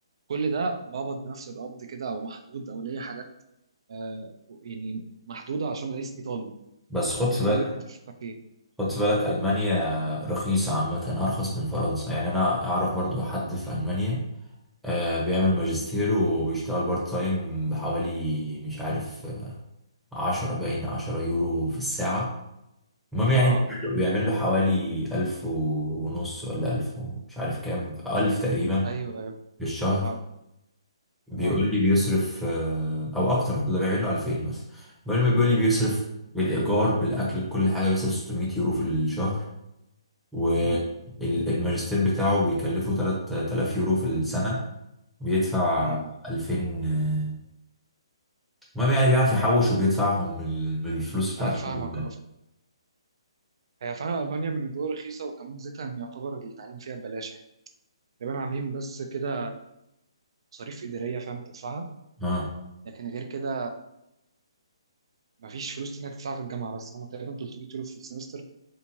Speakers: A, on the right; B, in the centre.
A: كل ده بقبض بنفس القبض كده او محدود او ليا حاجات آه يعني محدوده عشان انا اسمي طالب
B: بس خد في
A: فده
B: بالك
A: اللي كنت بفكر فيه
B: خدت بالك ألمانيا رخيصة عامة أرخص من فرنسا يعني أنا أعرف برضو حد في ألمانيا آه، بيعمل ماجستير وبيشتغل بارت تايم بحوالي مش عارف عشرة باين عشرة يورو في الساعة المهم يعني
A: اه
B: بيعمل له بيعمل له حوالي ألف ونص ولا ألف ومش عارف كام ألف تقريبا
A: ايوه ايوه
B: في الشهر
A: اه
B: بيقول
A: اه
B: لي بيصرف آه، أو أكتر ولا بيعمل له ألفين مثلا المهم بيقول لي بيصرف بالإيجار بالأكل بكل حاجة بيصرف 600 يورو في الشهر و
A: امم
B: ال- الماجستير بتاعه بيكلفه 3000 يورو في السنة بيدفع
A: امم
B: 2000 آه، المهم يعني بيعرف يحوش وبيدفعهم من من الفلوس بتاعته
A: انا فاهمك اه هي فعلا المانيا من الدول الرخيصه وكمان زيتها ان يعتبر التعليم فيها ببلاش يعني تقريبا عاملين بس كده مصاريف اداريه فاهم تدفعها
B: اه
A: لكن غير كده مفيش فلوس تانية تدفعها في الجامعه بس هم تقريبا 300 يورو في السمستر